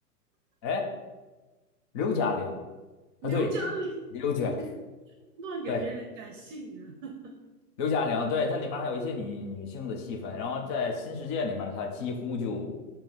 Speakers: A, on the left; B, on the right.
A: 哎，刘嘉玲啊，
B: 刘嘉玲，
A: 对，刘嘉玲
B: <laughs> 乱给别人改姓啊。
A: 对。
B: <laughs>
A: 刘嘉玲，对，它里面还有一些女女性的戏份，然后在新世界里面，它几乎就